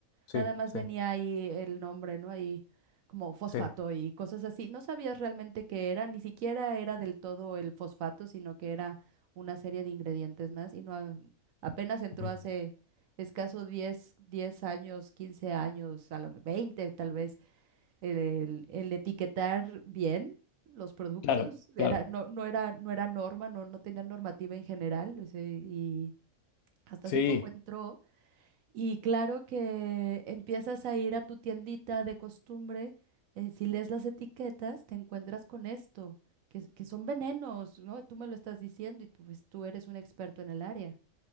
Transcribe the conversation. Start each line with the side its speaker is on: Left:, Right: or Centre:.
Left: Sí,
Right: Nada más
Left: sí,
Right: venía ahí el nombre, ¿no? Ahí como fosfato
Left: sí.
Right: y cosas así. No sabías realmente qué era, ni siquiera era del todo el fosfato, sino que era una serie de ingredientes más y no a- apenas entró
Left: Mm.
Right: hace escaso 10, 10 años, 15 años, a lo me- 20 tal vez, el, el etiquetar bien los productos.
Left: Claro, claro.
Right: Era, no, no era, no era norma, no, no tenía normativa en general, o sea, y hasta
Left: Sí,
Right: hace poco entró. Y claro que empiezas a ir a tu tiendita de costumbre, eh, si lees las etiquetas, te encuentras con esto, que, s- que son venenos, ¿no? Tú me lo estás diciendo y pues tú eres un experto en el área.